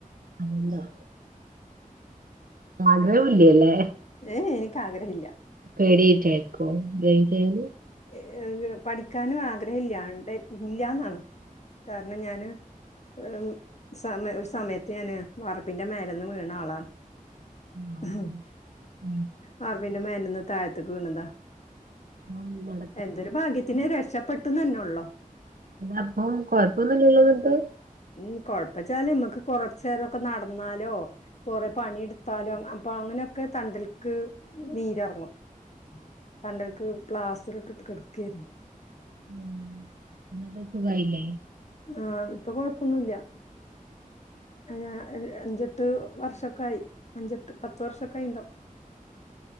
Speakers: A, on the right; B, on the left.
A: അതെന്താ <unintelligible> ല്യലേ
B: ഏഅ് ൻക്ക് ആഗ്രഹല്യ
A: പേടിറ്റ്യാര്ക്കോ <unintelligible>
B: ഏ ഒരു പഠിക്കാനുആഗ്രഹഇല്യാൺട്ടേ ഇല്ല്യാന്നാണ് കാര്ണം ഞാന് ഉം സമ സമയത്ത് ഞാന് വാർപ്പിന്റെ മേലന്ന് വീണാളാണ്
A: ആഹ്.
B: ഹും
A: ഉം.
B: വാർപ്പിൻ്റെമേലന്ന് താഴ്ത്ത്ക്ക് വീണതാ
A: ഒമ്പത്
B: എന്തൊരു ഭാഗ്യത്തിന് രക്ഷപ്പെട്ടു തന്നെ ഉള്ളോ
A: ഇതപ്പം കൊഴപ്പൊന്നുല്യല്ലോ നിട്ട്
B: ഉം കൊഴപ്പച്ചാല് നമ്മക്ക് കൊറച്ചേ രൊക്കെ നടന്നാലോ കൊറേ പണിട്ത്താലും അപ്പോ അങ്ങനൊക്കെ തണ്ടൽക്ക് നീരർങ്ങും തണ്ടൽക്ക് പ്ലാസ്റ്ററ്ട്ട്ട്ട് കട്ക്കേര്ന്നു
A: ഉം ന്നിട്ട് സുഖായില്ലേ
B: ആഹ ഇപ്പൊ കുഴപ്പമൊന്നുമില്ല ഞാ അ അഞ്ചെട്ട് വർഷൊക്കൊയി അഞ്ചട്ട് പത്ത് വർഷൊക്കായിണ്ടാവും